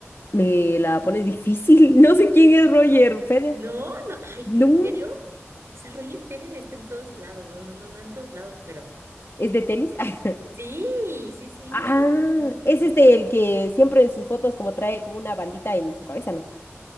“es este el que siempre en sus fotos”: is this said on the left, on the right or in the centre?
Left